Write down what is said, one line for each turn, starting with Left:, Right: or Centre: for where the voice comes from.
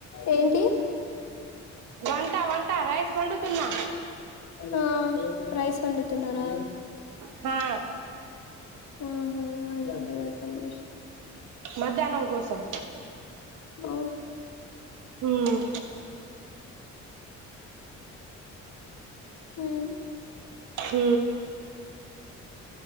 Left: ఏంటి
Right: వంట వంట రైస్ వండుతున్నా
Left: ఆ రైస్ వండుతున్నారా
Right: హా
Left: ఆహా వండండి వండండి
Right: మధ్యాహ్నం కోసం
Left: ఆ
Right: ఉమ్
Left: ఉమ్
Right: హ